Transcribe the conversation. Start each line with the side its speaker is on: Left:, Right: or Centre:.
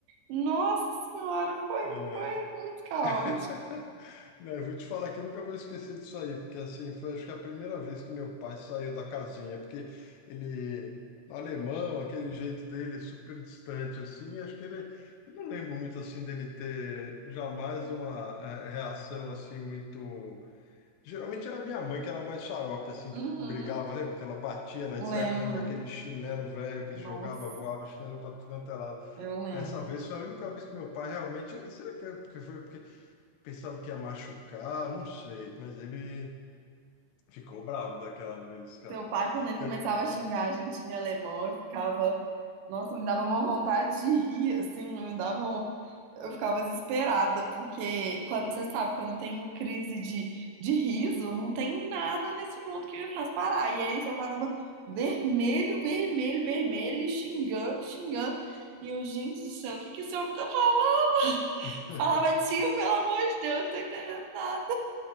Right: Nossa senhora, foi,
Left: É.
Right: foi muito caótico.
Left: <laughs> Né, eu vou te falar que eu nunca vou esquecer disso aí, porque assim, foi acho que a primeira vez que meu pai saiu da casinha, porque ele, alemão, aquele jeito dele super distante assim, acho que ele, eu não lembro muito assim dele ter jamais uma eh, reação assim muito, geralmente era minha mãe que era mais xarope assim,
Right: Uhum,
Left: que brigava, lembra? Que ela batia, né,
Right: lembro.
Left: e saia correndo com aquele chinelo velho que
Right: Nossa,
Left: jogava, voava chinelo para tudo quanto é lado.
Right: eu lembro.
Left: Essa vez foi a única vez que meu pai realmente. Será que é porque foi porque pensava que ia machucar, não sei, mas ele ficou bravo daquela vez, cara.
Right: Seu pai, quando ele começava
Left: Eu-
Right: a xingar a gente em alemão, eu ficava. Nossa, me dava uma vontade de rir, assim, me dava. um- Eu ficava desesperada, porque quando você sabe, quando eu tenho crise de, de riso, não tem nada nesse mundo que me faz parar. E aí seu pai tava vermelho, vermelho, vermelho, xingando, xingando. E eu, gente do céu, o que que esse homem tá falando?
Left: <laughs>
Right: Falava, tio, pelo amor de Deus, não tô entendendo nada.